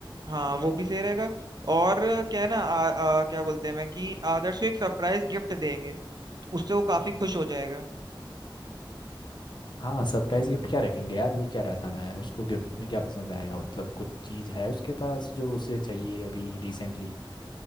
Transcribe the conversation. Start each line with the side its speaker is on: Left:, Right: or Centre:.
Right: हाँ वो भी सही रहेगा और क्या है ना आ, आ, क्या बोलते हैं मैं कि आदर्श को एक सरप्राइज गिफ्ट देंगे तो उससे वो काफी खुश हो जाएगा
Left: हाँ सरप्राइज गिफ्ट क्या रखेंगे यार वही कह रहा था मैं उसको गिफ्ट में क्या पसंद आएगा मतलब कुछ चीज़ है उसके पास जो उसे चाहिए अभी रिसेंटली